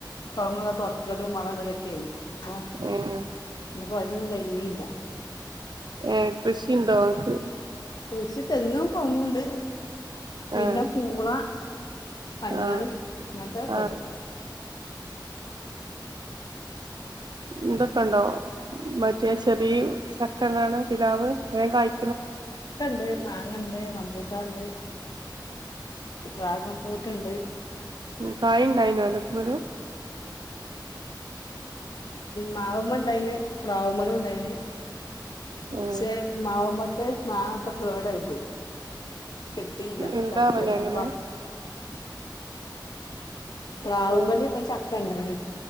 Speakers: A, on the left; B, on the right.
A: കവുങ്ങ് വളം ഇടലും തുറക്കലുമായിരുന്നു ആ
B: ഏഹ്
A: ഇന്ന് പണിയൊന്നും കഴിഞ്ഞീല്ല
B: ഏ കൃഷിണ്ടോക്ക്
A: കച്ചി തെങ്ങും കൊങ്ങുണ്ട് പിന്നെ
B: ആഹ്
A: പൂള അയ്ഞ്ഞാള്
B: ആഹ്
A: ഇങ്ങത്തെക്കണ്ട്
B: ആഹ്
A: <unintelligible>
B: എന്തൊക്കെ ഉണ്ടോ മറ്റേ ചെറിയ ചക്കണ്ണാണ് പിലാവ് ഏ കായ്ക്കുന്ന
A: ഉണ്ട് മാങ്ങണ്ട് റമ്പൂട്ട ണ്ട് ട്രാഗംഫൂട്ട്ണ്ട്
B: കായിണ്ടായിന അലാത്തൊലു
A: മാവമ്മ ഉണ്ടായിന്ന് പ്ലാവമേലു ഉണ്ടായിന്ന്
B: ഏഹ്
A: ശേ മാമ്മദ് മാങ്ങക്കെ കേടായി പോയി കിട്ടിയില്ല
B: എന്താവലേ
A: <unintelligible>
B: അങ്ങനെ
A: പ്ലാവ്മേല്
B: ഏഹ്
A: ഒരു ചക്കണ്ടയിനി